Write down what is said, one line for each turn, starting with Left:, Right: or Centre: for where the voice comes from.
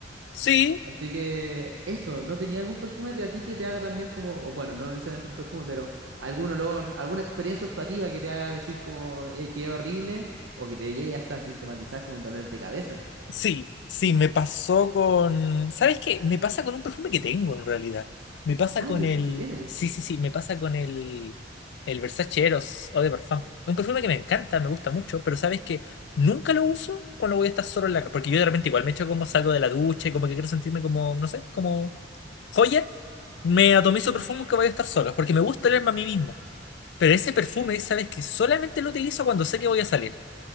Left: sí.
Right: Así que eso, ¿no tenía algún perfume de a ti que te haga también como, o bueno, no necesariamente un perfume, pero algún olor, alguna experiencia olfativa que te haga decir como, que qué horrible, o que te llegue hasta a sintomatizar como dolor de cabeza?
Left: Sí, sí, me pasó con... ¿Sabes qué? Me pasa con un perfume que tengo en realidad. Me pasa
Right: Ah,
Left: con
Right: ¿qué,
Left: el...
Right: qué tienes?
Left: Sí, sí, sí, me pasa con el... El Versace Eros Eau de Parfum. Es un perfume que me encanta, me gusta mucho, pero ¿sabes que Nunca lo uso cuando voy a estar solo en la... casa, Porque yo de repente igual me echo como salgo de la ducha y como que quiero sentirme como, no sé, como joya. Me atomizo perfume que voy a estar solo, porque me gusta olerme a mí mismo. Pero ese perfume, ¿sabes que Solamente lo utilizo cuando sé que voy a salir.